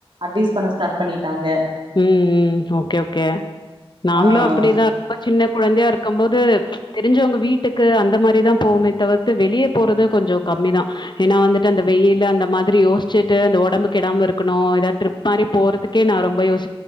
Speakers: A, on the right; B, on the left.
A: அட்வைஸ் பண்ண ஸ்டார்ட் பண்ணிட்டாங்க
B: உம் ம் ஓகே ஓகே நாங்களு
A: ஆ
B: அப்படிதா ரொம்ப சின்ன குழந்தையா இருக்கும் போது தெரிஞ்சவங்க வீட்டுக்கு அந்த மாரிதா போவுமே தவிர்த்து வெளியே போறது கொஞ்ச கம்மிதா ஏன்னா வந்துட்டு அந்த வெயில அந்த மாதிரி யோசிச்சு அந்த உடம்பு கெடாம இருக்கணு ஏதா ட்ரிப் மாரி போறதுக்கே நா ரொம்ப யோசிச்